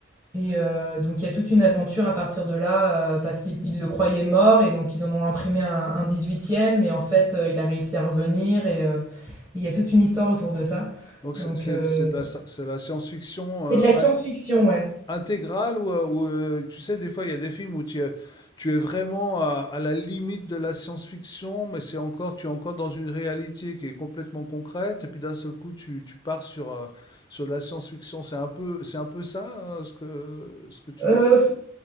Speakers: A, on the right (about 15°); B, on the left (about 20°).
A: et heu, donc il y a toute une aventure à partir de là, heu, parce qu'ils ils le croyaient mort et donc ils en ont imprimé un un 18e mais en fait, heu, il a réussi à revenir et heu, il y a toute une histoire autour de ça.
B: Donc c'est
A: Donc
B: c'est-
A: heu,
B: c'est de la, sci- c'est de la science-fiction.
A: c'est
B: euh,
A: de la science-fiction,
B: In
A: ouais.
B: intégrale ou, euh, ou, euh, tu sais, des fois, il y a des films où tu es, tu es vraiment à, à la limite de la science-fiction, mais c'est encore, tu es encore dans une réalité qui est complètement concrète, et puis d'un seul coup, tu, tu pars sur, euh, sur de la science-fiction. C'est un peu, c'est un peu ça, euh, ce que, ce que tu décris?
A: Heu